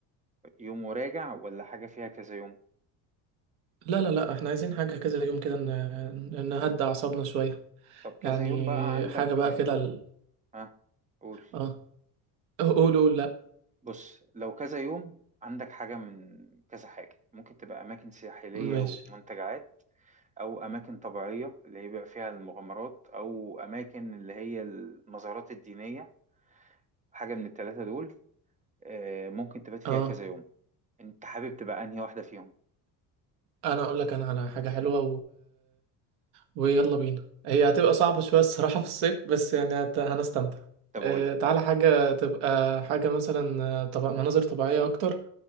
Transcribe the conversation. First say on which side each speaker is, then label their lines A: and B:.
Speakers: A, on the right; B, on the right.
A: يوم وراجع ولا حاجة فيها كذا يوم
B: لا لا لا احنا عايزين حاجة كده يوم كده ن- نهدى اعصابنا شوية
A: طب كذا
B: يعني
A: يوم بقى عندك
B: حاجة بقى
A: آه،
B: كده ال...
A: ها قول
B: اه قول قول لا
A: بص لو كذا يوم عندك حاجة من كذا حاجة ممكن تبقى أماكن ساحلية
B: ماشي
A: ومنتجعات أو أماكن طبيعية اللي هي بيبقى فيها المغامرات أو أماكن اللي هي المزارات الدينية حاجة من التلاتة دول آه، ممكن تبات فيها
B: اه
A: كذا يوم أنت حابب تبقى أنهي واحدة فيهم
B: انا اقول لك انا على حاجة حلوة ويلا بينا هي هتبقى صعبة شوية الصراحة في الصيف بس يعني هت- هنستمتع
A: طب
B: آه،
A: قول
B: تعالى حاجة تبقى حاجة مثلا آه، طب مناظر طبيعية أكتر